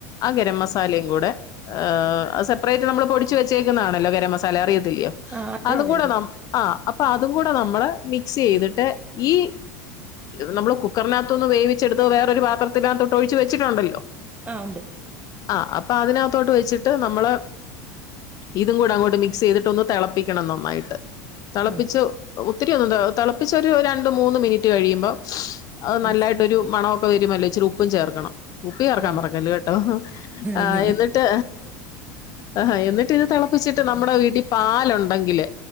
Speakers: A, on the left (about 45°); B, on the right (about 15°).
A: ആ ഗരം മസാലയും കൂടെ ആഹ് അത് സെപ്പറേറ്റ് നമ്മള് പൊടിച്ച് വെച്ചേക്കുന്നതാണല്ലോ ഗരം മസാല അറിയത്തില്ലയോ,
B: ആ അതെ
A: അതും
B: അതെ
A: കൂടെ
B: അറിയാം
A: നം ആഹ് അപ്പതും കൂടെ നമ്മള് മിക്സെയ്തിട്ട്
B: ആ
A: ഈ ഇത് നമ്മള് കുക്കറിനകത്തോന്ന് വേവിച്ചെടുത്ത് വേറൊരു പാത്രത്തിനകത്തോട്ടൊഴിച്ച് വെച്ചിട്ടുണ്ടല്ലോ
B: ആഹ് ഉണ്ട്
A: ആഹ് അപ്പതിനകത്തോട്ട് വെച്ചിട്ട് നമ്മള് ഇതും കൂടങ്ങോട്ട് മിക് സെയ്തിട്ടൊന്ന് തെളപ്പിക്കണം നന്നായിട്ട്, തെളപ്പിച്ചു
B: ആ
A: ഒത്തിരിയൊന്നും തെ തെളപ്പിച്ചൊരു രണ്ട് മൂന്ന് മിനിറ്റ് കഴിയുമ്പോ അത്
B: ഉം
A: നല്ലായിട്ടൊരു മണം പ്പ വരുമല്ലോ, ഇച്ചിരി ഉപ്പും ചേർക്കണം, ഉപ്പ് ചേർക്കാൻ
B: ആ
A: മറക്കല്ല് കേട്ടോ ആഹ്
B: ഇല്ലില്ല
A: എന്നി ട്ട് അ ഹാ എന്നിട്ടിത് തെളപ്പിച്ചിട്ട് നമ്മുടെ വീട്ടി പാലുണ്ടെങ്കില്